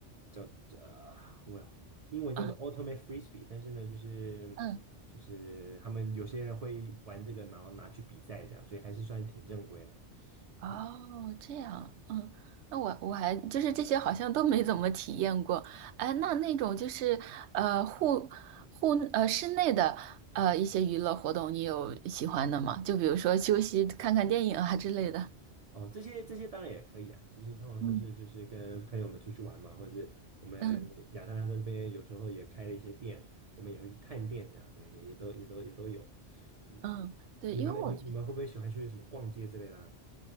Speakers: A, on the right; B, on the right.
A: 叫呃，我英文叫做
B: 啊
A: ultimate frisbee，但是呢，就是就是他们有些人会玩这个，
B: 嗯。
A: 然后拿去比赛这样，所以还是算挺正规的。
B: 哦，
A: 嗯。
B: 这样，嗯，那我我还就是这些好像都没怎么体验过。哎，那那种就是呃户户呃室内的呃一些娱乐活动，你有喜欢的吗？就比如说休息、看看电影啊之类的。
A: 哦，这些这些当然也可以啊，这些通常都是就是跟朋友们出去玩嘛，
B: 嗯
A: 或者是我们亚特兰大这边有时候也开了一些店，
B: 嗯
A: 我们也会去探店这样，对，也也都也都也都有。嗯，
B: 嗯，对，
A: 你们呢？
B: 因为我觉
A: 你你们会不会喜欢去什么逛街之类的啊？